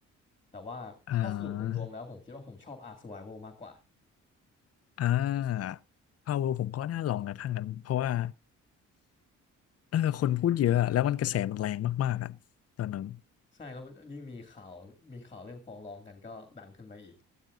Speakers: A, on the left; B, on the left.
A: แต่ว่าถ้าสรุปรวมๆแล้วผมคิดว่าผมชอบ
B: อ่า
A: Ark Survival มากกว่า
B: อ่าพาวเวอร์ผมก็น่าลองนะถ้างั้น เพราะว่าเออคนพูดเยอะอะ แล้วมันกระแสมันแรงมากๆอ่ะตอนนั้น
A: ใช่แล้วยิ่งมีข่าวมีข่าวเรื่องฟ้องร้องกันก็ดังขึ้นไปอีก